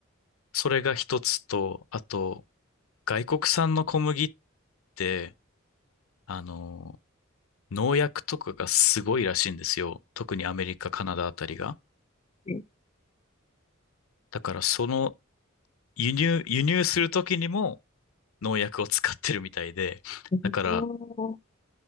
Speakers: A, on the left; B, on the left.
A: それが一つと、あと、外国産の小麦って、あの、農薬とかがすごいらしいんですよ。特にアメリカ、カナダあたりが。
B: うん
A: だからその輸入、輸入するときにも農薬を使ってるみたいで、
B: うんおー
A: だから